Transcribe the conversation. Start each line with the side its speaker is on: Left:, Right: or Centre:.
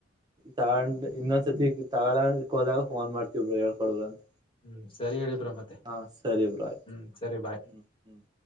Right: ತಗೊಂಡ ಇನ್ನೊಂದ್ಸತಿ ತಗೊಳಕ್ ಹೋದಾಗ ಫೋನ್ ಮಾಡ್ತೀವ್ ಬ್ರೋ ಹೇಳ್ಕೊಡೋರು ಅಂತ.
Left: ಹ್ಮ್ ಸರಿ ಹೇಳಿಬ್ರೋ ಮತ್ತೆ
Right: ಹಾ ಸರಿ ಬ್ರೋ ಆಯ್ತು
Left: ಹ್ಮ್ ಸರಿ ಬಾಯ್.
Right: ಹ್ಮ್ ಹ್ಮ್.